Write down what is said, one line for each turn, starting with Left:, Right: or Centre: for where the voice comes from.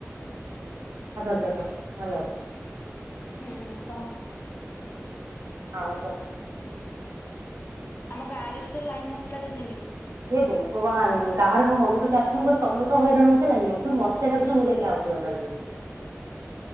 Right: ହକର୍ କେ ଆସ ଭଲ।
Left: ହୁଁ ହୁଁ କହ।
Right: ଆଉ କହ।
Left: ଆମ ଗାଁ ରେ ବି ତ ଲାଇନ୍ ନଥିଲା ଦି ଦିନ।
Right: ଏ ଭଗବାନ ଗାଁରେ ମୋ ମମି କହୁଚି ଆସୁନୂ। ମୁ କହିଲି ତମେ ତ ହଇରାଣ ହଉଚ ଲାଇନ୍ ଯୋଗୁଁ ପୁଣି ମୋତେ ଡାକୁଚ ମୁଁ ଯାଇକି ଆଉଥରେ ହଇରାଣ ହୁଁ।